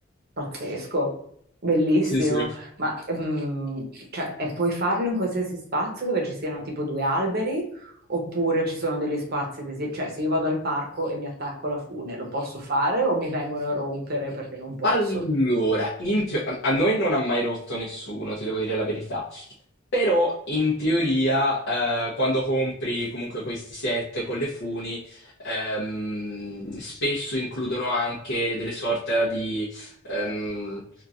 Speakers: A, on the right; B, on the left.
A: Pazzesco. Bellissimo.
B: Sì, sì.
A: Ma ehm, cioè, e puoi farlo in qualsiasi spazio dove ci siano tipo due alberi, oppure ci sono degli spazi, desi- cioè se io vado al parco e mi attacco alla fune, lo posso fare o mi vengono a rompere perché non posso?
B: Allora, in teo- a a noi non ha mai rotto nessuno, ti devo dire la verità. Però in teoria, eh, quando compri comunque questi set con le funi, ehm, spesso includono anche delle sorte di, ehm,